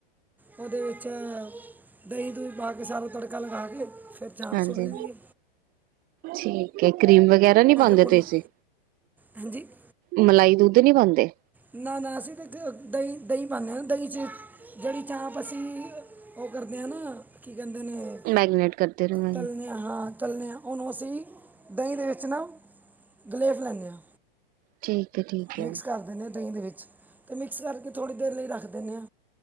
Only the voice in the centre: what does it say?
ਉਹਦੇ ਵਿੱਚ, ਚਾ ਦਹੀਂ-ਦਹੀਂ ਪਾ ਕੇ ਸਾਰਾ ਤੜਕਾ ਲਗਾ ਕੇ ਫਿਰ ਚਾਂਪ
ਸੁੱਟ ਦੇ
ਭੁੰਨ
ਲਓ ਹਾਂਜੀ
ਨਾ ਨਾ ਅਸੀਂ ਤੇ ਦਹੀਂ ਦਹੀਂ ਪਾਨੇ ਆ ਨਾ ਦਹੀਂ ਚ ਜਿਹੜੀ ਚਾਪ ਅਸੀਂ ਕਰਦੇ ਆ ਨਾ ਕੀ ਕਹਿੰਦੇ ਨੇ
ਤਲਨੇ
ਆ ਤਲਨੇ ਆ ਉਹਨੂੰ ਅਸੀਂ ਦਹੀਂ ਦੇ ਵਿੱਚ ਨਾ ਗਲੇਫ ਲੈਂਨੇ ਆ
ਮਿਕਸ
ਕਰ ਦਿੰਦੇ ਹਾਂ ਦਹੀਂ ਤੇ ਮਿਕਸ ਕਰਕੇ ਥੋੜੀ ਦੇਰ ਲਈ ਰੱਖ ਦਿੰਨੇ ਆ